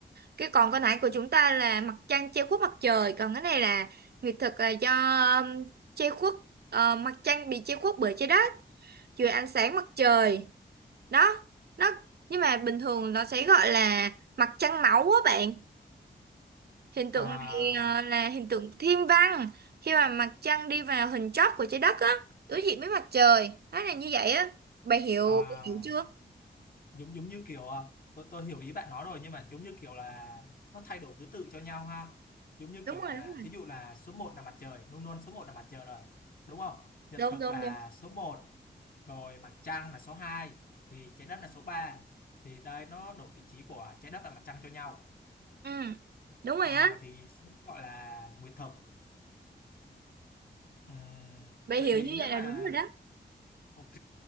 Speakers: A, on the right (about 65°); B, on the left (about 55°).
A: Cái còn cái nãy của chúng ta là mặt trăng che khuất mặt trời, còn cái này là nguyệt thực là do um, che khuất ờ, mặt trăng bị che khuất bởi trái đất dưới ánh sáng mặt trời. Đó, nó nhưng mà bình thường nó sẽ gọi là mặt trăng máu á bạn. Hiện tượng
B: à,
A: này ờ, là hiện tượng thiên văn khi mà mặt trăng đi vào hình chóp của trái đất á đối diện với mặt trời nó là như vậy á bạn hiểu
B: À,
A: bà hiểu chưa
B: giống giống như kiểu à, tôi, tôi hiểu ý bạn nói rồi nhưng mà giống như kiểu là nó thay đổi thứ tự cho nhau ha. Giống như
A: đúng
B: kiểu
A: rồi
B: là
A: đúng rồi
B: thí dụ là số một là mặt trời, luôn luôn số một là mặt trời rồi. Đúng không? Nhật
A: đúng
B: thực
A: đúng
B: là
A: đúng
B: số một rồi mặt trăng là số hai thì trái đất là số ba Thì đây nó đổi vị trí của trái đất và mặt trăng cho nhau.
A: ừ đúng rồi
B: À,
A: á
B: thì sẽ gọi là nguyệt thực. Ừm,
A: bạn
B: vậy
A: hiểu
B: thì
A: như
B: nếu
A: vậy
B: mà
A: là đúng rồi đó
B: ok,